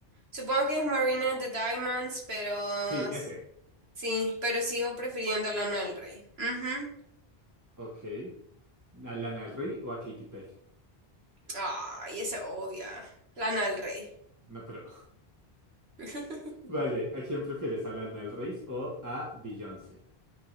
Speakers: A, on the right; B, on the right.
A: Supongo que es Marina and the Diamonds, pero
B: Sí,
A: s-
B: ese.
A: sí, pero sigo prefiriendo a Lana del Rey. Ujú.
B: Ok. ¿A Lana del Rey o a Katy Perry?
A: Ay, esa obvia. Lana del Rey.
B: No, pero... <laughs>
A: <laughs>
B: Vale, ¿a quién prefieres? ¿A Lana del Rey o a Beyoncé?